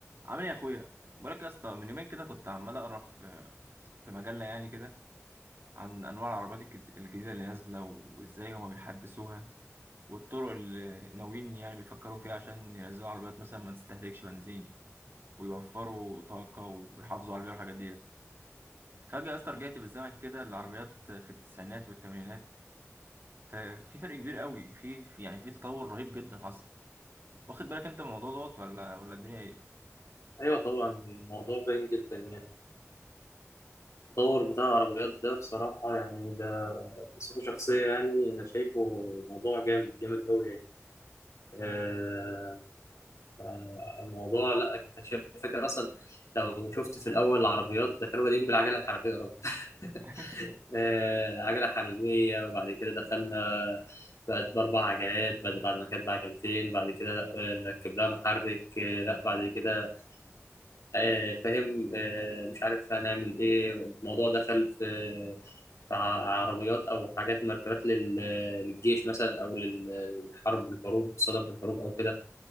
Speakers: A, on the right; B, on the left.
A: عامل ايه يا اخويا بقولك يا اسطى من يومين كده كنت عمال اقرا في في مجله يعني كده عن انواع العربيات الجد- الجديده اللي نازله وازاي هما بيحدثوها والطرق اللي ناويين يعني بيفكروا فيها عشان ينزلوا عربيات مثلا ما تستهلكش بنزين ويوفروا طاقه ويحافظوا على البيئه والحاجات ديت فجاه يا اسطى رجعت بالزمن كده للعربيات في التسعينات والثمانينات ففي فرق كبير قوي في في- يعني في تطور رهيب جدا حصل واخد بالك انت من الموضوع دوت ولا ولا الدنيا ايه
B: ايوه طبعا الموضوع باين جدا يعني التطور بتاع العربيات ده بصراحه يعني ده بصفه شخصيه يعني انا شايفه موضوع جامد جامد قوي يعني آه آه، الموضوع لا انت شايف فاكر اصلا لو شفت في الاول العربيات ده كانوا بادئين بالعجله الحربيه يا راجل <laughs>
A: <laughs>
B: آه، عجله حربيه وبعد كده دخلنا بقت باربع عجلات بعد بعد ما كانت بعجلتين بعد كده لا، آه، نركب لها محرك آه، لا بعد كده آه، فاهم آه، مش عارف هنعمل ايه الموضوع دخل في في ع- عربيات او حاجات مركبات لل- للجيش مثلا او لل- للحرب الحروب تصطدم في الحروب او كده